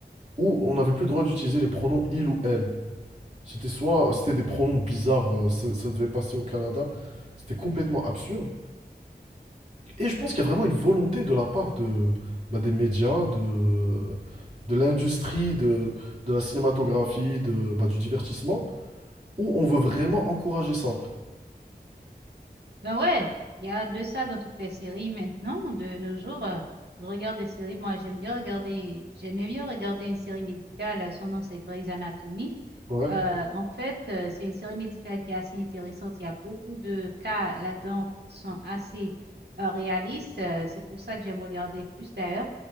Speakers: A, on the right; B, on the right.
A: où on n'avait plus le droit d'utiliser les pronoms il ou elle. C'était soit, c'était des pronoms bizarres, euh, ça, ça devait passer au Canada. C'était complètement absurde. Et je pense qu'il y a vraiment une volonté de la part de, bah, des médias, de, de l'industrie, de, de la cinématographie, de, bah, du divertissement, où on veut vraiment encourager ça.
B: Ben ouais, il y a de ça dans toutes les séries maintenant, de nos jours. euh, je regarde des séries, moi j'aime bien regarder, j'aimais bien regarder une série médicale, euh, son nom c'est Grey's Anatomy.
A: Ouais,
B: Euh, en fait, euh, c'est une série médicale qui est assez intéressante. Il y a beaucoup de cas là-dedans qui sont assez euh, réalistes. Euh, c'est pour ça que j'aime regarder plus d'ailleurs.